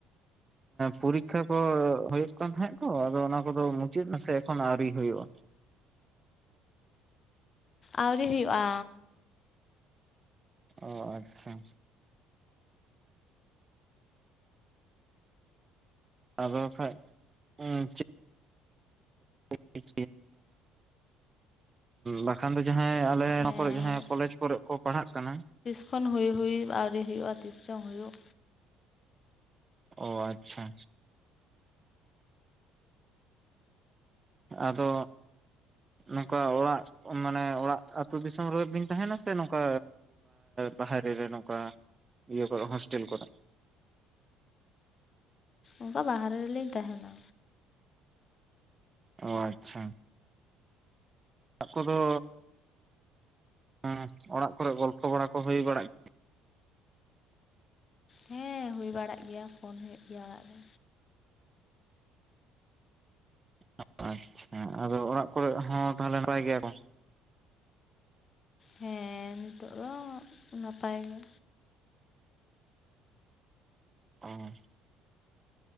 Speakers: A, on the right; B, on the left.
A: ᱯᱚᱨᱤᱠᱠᱷᱟ ᱠᱚ ᱦᱩᱭᱩᱜ ᱠᱟᱱ ᱛᱟᱦᱮᱸᱫ ᱛᱚ, ᱟᱫᱚ ᱚᱱᱟ ᱠᱚᱫᱚ ᱢᱩᱪᱟᱹᱫ ᱮᱱᱟᱥᱮ ᱮᱠᱷᱚᱱ ᱟᱹᱣᱨᱤ ᱦᱩᱭᱩᱜᱼᱟ?
B: ᱟᱣᱨᱤ ᱦᱩᱭᱩᱜᱼᱟ᱾
A: ᱚ ᱟᱪᱪᱷᱟ ᱟᱫᱚ ᱵᱟᱠᱷᱟᱡ <unintelligible> <unintelligible> ᱵᱟᱠᱷᱟᱱ ᱫᱚ ᱡᱟᱦᱟᱸᱭ ᱟᱞᱮ
B: ᱦᱮᱸ
A: ᱱᱚᱣᱟ ᱠᱚᱨᱮ ᱡᱟᱦᱟᱸᱭ ᱠᱚᱞᱮᱡᱽ ᱠᱚᱨᱮ ᱠᱚ ᱯᱟᱲᱦᱟᱜ ᱠᱟᱱᱟ᱾
B: ᱮᱠᱷᱚᱱ ᱦᱩᱭ ᱦᱩᱭ ᱟᱹᱣᱨᱤ ᱦᱩᱭᱩᱜᱼᱟ᱾ ᱛᱤᱥ ᱪᱚᱝ ᱦᱩᱭᱩᱜ,
A: ᱚ ᱟᱪᱪᱷᱟ ᱟᱫᱚ, ᱱᱚᱝᱠᱟ ᱚᱲᱟᱜ ᱢᱟᱱᱮ ᱚᱲᱟᱜ ᱟᱹᱛᱩ ᱫᱤᱥᱚᱢ ᱨᱮ ᱵᱤᱱ ᱛᱟᱦᱮᱱᱟ ᱥᱮ ᱱᱚᱝᱠᱟ ᱵᱟᱦᱨᱮ ᱨᱮ ᱱᱚᱝᱠᱟ ᱤᱭᱟᱹ ᱠᱚᱨᱮ ᱦᱳᱥᱴᱮᱞ ᱠᱚᱨᱮ
B: ᱚᱱᱠᱟ ᱵᱟᱦᱨᱮ ᱨᱮᱞᱤᱧ ᱛᱟᱦᱮᱱᱟ᱾
A: ᱚ ᱟᱪᱪᱷᱟ ᱟᱠᱚ ᱫᱚ <unintelligible> ᱚᱲᱟᱜ ᱠᱚᱨᱮ ᱜᱚᱞᱯᱷᱚ ᱵᱟᱲᱟ ᱠᱚ ᱦᱩᱭ ᱵᱟᱲᱟᱜ ᱜᱮᱭᱟ᱾
B: ᱦᱮᱸ ᱦᱩᱭ ᱵᱟᱲᱟᱜ ᱜᱮᱭᱟ ᱯᱷᱳᱱ ᱦᱩᱭᱩᱜ ᱜᱮᱭᱟ ᱚᱲᱟᱜ ᱨᱮ᱾
A: <unintelligible> ᱟᱪᱪᱷᱟ, ᱟᱫᱚ ᱚᱲᱟᱜ ᱠᱚᱨᱮ ᱦᱚᱸ ᱛᱟᱦᱚᱞᱮ ᱱᱟᱯᱟᱭ ᱜᱮᱭᱟ ᱠᱚ?
B: ᱦᱮᱸ ᱱᱤᱛᱳᱜ ᱫᱚ ᱱᱟᱯᱟᱭ ᱜᱮ᱾
A: ᱚ <unintelligible>